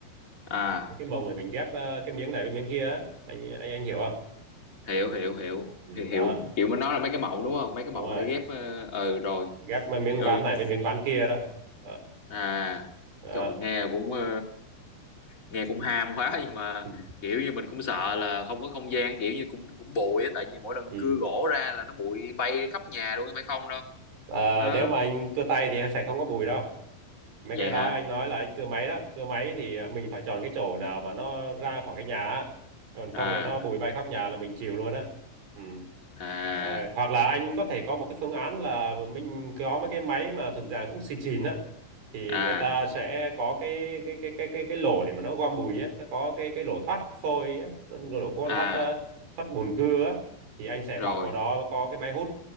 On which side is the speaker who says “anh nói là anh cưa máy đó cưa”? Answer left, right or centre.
Right